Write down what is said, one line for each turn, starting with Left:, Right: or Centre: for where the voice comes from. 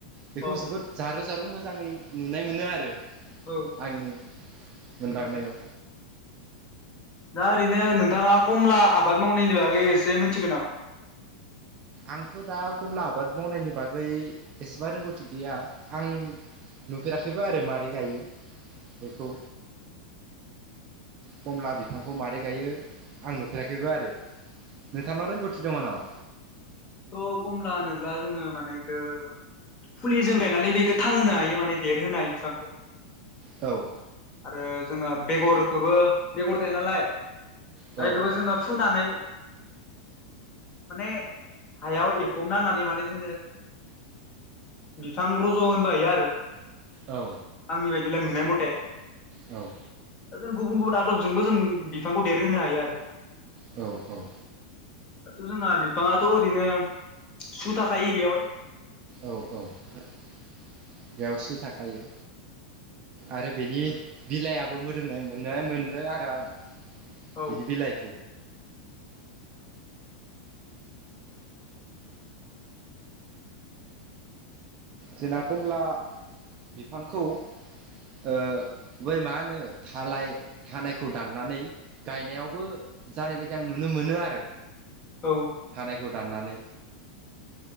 Right: बेखौ
Left: औ
Right: जोबोद जारौ जारौ मोजाङै नुनाय मोनो आरो
Left: औ
Right: आंनि मोनदांनायाव
Left: दा ओरैनो नोंथाङा खमला आबाद मावनायनि बागै एसे मिथिगोन नामा
Right: आंथ' दा कमला आबाद मावनायनि बागै एसेबा रोंगौथि गैया आं नुफेराखैबो आरो मारै गायो बेखौ कमला बिफांखौ मारै गायो आं नुफेराखैबो आरो नोंथांनाव रोंगौथि दङ नामा
Left: थ' खमला होनोब्ला जोङो माने एखो फुलिजों गायनानै बेखौ थांहोनो हायो माने देरहोनो हायो बिफांखो
Right: औ
Left: आरो जोङो बेगरखौबो बेगर थायो नालाय दा
Right: औ
Left: बेखौबो जोङो फुनानै माने हायाव एफबना होननानै माने जोङो बिफां रज' होनोबो हायो आरो
Right: औ
Left: आंनि बायदिब्ला नुनाय मथे
Right: औ
Left: दा जों गुबुन गुबुन आदबजोंबो जों बिफांखौ देरहोनो हायो आरो
Right: औ औ
Left: दाथ' जोंना बिफाङाथ' ओरैनो सु थाखायो बेयावहाय
Right: औ औ बेयाव सु थाखायो आरो बेनि बिलाइयाबो मोदोमनाय मोननाय मोनो आरो आं
Left: औ
Right: बिनि बिलाइ
Left: <inaudible>
Right: जोंना कमला बिफांखौ - ओ बै मा होनो थालाय थानायखौ दाननानै गायनायावबो जानाय बायदि आं नुनो मोनो आरो
Left: औ
Right: थानायखौ दाननानै